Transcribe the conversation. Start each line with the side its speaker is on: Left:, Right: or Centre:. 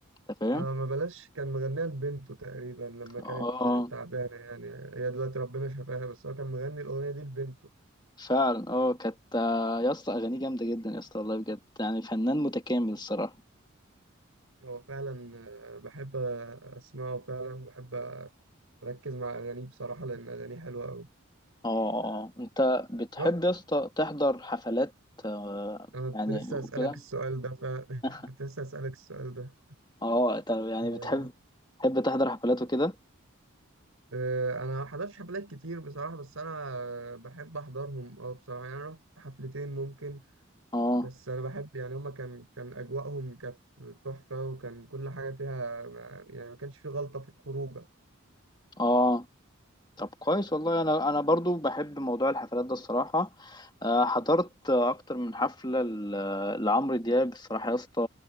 Left: انت فاهم
Right: آه ما بلاش كان مغنيها لبنته تقريبا لما كانت
Left: اه
Right: تعبانة يعني هي دلوقتي ربنا شفاها بس هو كان مغني الأغنية دي لبنته
Left: فعلا اه كانت آه، يا اسطى اغانيه جامده جدا يا اسطى والله بجد يعني فنان متكامل الصراحه
Right: هو فعلا آه، بحب اسمعه وفعلا بحب اركز مع اغانيه بصراحه لان اغانيه حلوه قوي
Left: اه اه انت بتحب
Right: رحت
Left: يا اسطى تحضر حفلات آه،
Right: انا كنت
Left: يعني
Right: لسه
Left: وكده
Right: اسالك السؤال ده ف... <laughs>
Left: اه
Right: كنت لسه اسالك السؤال ده
Left: آه. طب يعني
Right: آه،
Left: بتحب تحب تحضر حفلات وكده
Right: آه، انا ما حضرتش حفلات كتير بصراحه بس انا آه، بحب احضرهم اه بصراحه يعني انا رحت حفلتين ممكن
Left: اه
Right: بس انا بحب يعني هما كان كان اجواءهم كانت تحفه وكان كل حاجه فيها ما- يعني ما كانش في غلطه في الخروجه
Left: اه طب كويس والله انا انا برضو بحب موضوع الحفلات ده الصراحه آه، حضرت آه، اكتر من حفله ل- لعمرو دياب الصراحه يا اسطى